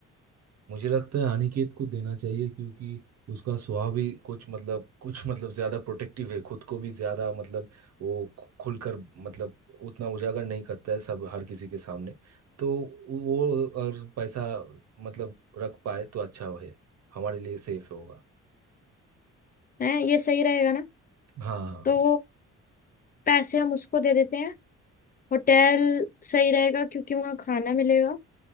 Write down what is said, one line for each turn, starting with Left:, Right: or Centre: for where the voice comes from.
Right: मुझे लगता है अनिकेत को देना चाहिए क्योंकि उसका स्वभाव भी कुछ मतलब कुछ मतलब ज्यादा प्रोटेक्टिव है खुद को भी ज्यादा मतलब वो खु- खुलकर मतलब उतना उजागर नहीं करता है सब हर किसी के सामने तो वो और पैसा मतलब रख पाए तो अच्छा है हमारे लिए सेफ होगा
Left: है ये सही रहेगा ना
Right: हाँ
Left: तो पैसे हम उसको दे देते हैं होटल सही रहेगा क्योंकि वहाँ खाना मिलेगा